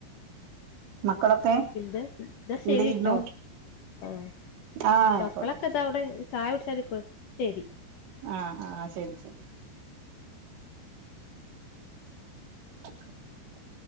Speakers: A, on the right (about 80°); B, on the left (about 60°).
A: മക്കളൊക്കെ
B: ഇന്താ ന്നാ ശരിട്ടോ
A: എന്ത് ചെയ്യുന്നു
B: ആഹ്
A: ആഹ്
B: മക്കളൊക്കെ
A: ആയിക്കോട്ടെ
B: ഇതാ അവിടെ ചായ കുടിക്കാൻ ശരി
A: ആഹ് ആഹ് ശരി ശരി <unintelligible>